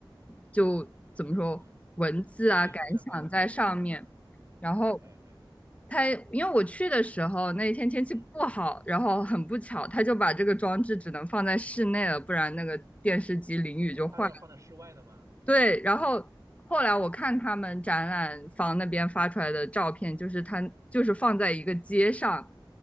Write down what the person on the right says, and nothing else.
嗯，艺术相关的东西是吧？
哎哎哎，
嗯，
它要放在室外的吗？